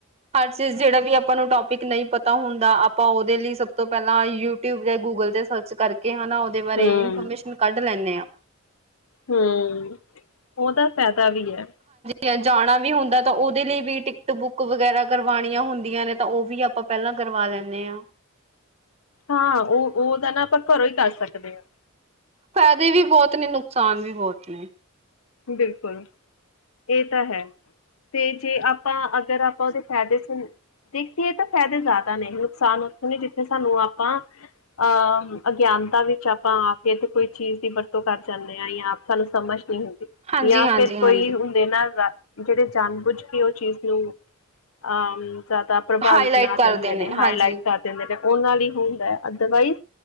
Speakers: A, on the right; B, on the left.
A: ਹਰ ਚੀਜ਼ ਜਿਹੜਾ ਵੀ ਆਪਾਂ ਨੂੰ ਟੋਪ ਨਹੀਂ ਪਤਾ ਹੁੰਦਾ ਆਪਾਂ ਉਹਦੇ ਲਈ ਸਭ ਤੋਂ ਪਹਿਲਾਂ ਯੂਟਿਊਬ ਜਾਂ ਗੂਗਲ ਤੇ ਸਰਚ ਕਰਕੇ ਹਨਾ ਉਹਦੇ ਬਾਰੇ
B: ਹਮ
A: ਇਨਫੋਰਮੇਸ਼ਨ ਕੱਢ ਲੈਂਨੇ ਹਾਂ
B: ਹਮ ਉਹ ਤਾਂ ਫੈਦਾ ਵੀ ਹੈ
A: ਜਾਂ ਜਾਣਾ ਵੀ ਹੁੰਦਾ ਤਾਂ ਉਹਦੇ ਲਈ ਵੀ ਟਿਕਟ ਬੁੱਕ ਵਗੈਰਾ ਕਰਵਾਉਣੀਆਂ ਹੁੰਦੀਆਂ ਨੇ ਤਾਂ ਉਹ ਵੀ ਆਪਾਂ ਪਹਿਲਾਂ ਕਰਵਾ ਲੈਂਨੇ ਹਾਂ
B: ਹਾਂ ਉਹ ਉਹ ਤਾਂ ਨਾ ਆਪਾਂ ਘਰੋਂ ਹੀ ਕਰ ਸਕਦੇ ਹਾਂ
A: ਫ਼ਾਇਦੇ ਵੀ ਬਹੁਤ ਨੇ ਨੁਕਸਾਨ ਵੀ ਬਹੁਤ ਨੇ
B: ਬਿਲਕੁਲ ਇਹ ਤਾਂ ਹੈ ਤੇ ਜੇ ਆਪਾਂ ਅਗਰ ਆਪਾਂ ਉਹਦੇ ਫ਼ਾਇਦੇ ਦੇਖੀਏ ਤਾਂ ਫਾਇਦੇ ਜ਼ਿਆਦਾ ਨੇ ਨੁਕਸਾਨ ਉੱਥੋਂ ਨ ਤੇ ਸਾਨੂੰ ਆਪਾਂ ਅਹ ਅਗਿਆਨਤਾ ਵਿੱਚ ਆਪਾਂ ਆ ਕੇ ਤੇ ਕੋਈ ਚੀਜ਼ ਦੀ ਵਰਤੋਂ ਕਰ ਜਾਂਦੇ ਹਾਂ ਜਾਂ ਆਪ ਸਾਨੂੰ ਸਮਝ ਨੀ ਹੁੰਦੀ
A: ਹਾਂਜੀ-ਹਾਂਜੀ-ਹਾਂਜੀ
B: ਜਾਂ ਫੇਿਰ ਕੋਈ ਹੁੰਦੇ ਨਾ ਜਿਹੜੇ ਜਾਣ ਬੁੱਝ ਕੇ ਉਹ ਚੀਜ਼ ਨੂੰ ਅਹ ਜ਼ਿਆਦਾ ਪ੍ਰਭਾਵੀ
A: ਹਾਈਲਾਈਟ
B: ਬਣਾ
A: ਕਰਦੇ
B: ਦਿੰਦੇ ਨੇ ਹਾਈ
A: ਹਾਂਜੀ।
B: ਲਈਟ ਕਰ ਦਿੰਦੇ ਨੇ ਉਹਨਾਂ ਲਈ ਹੁੰਦਾ ਅਦਰਵਾਈਜ਼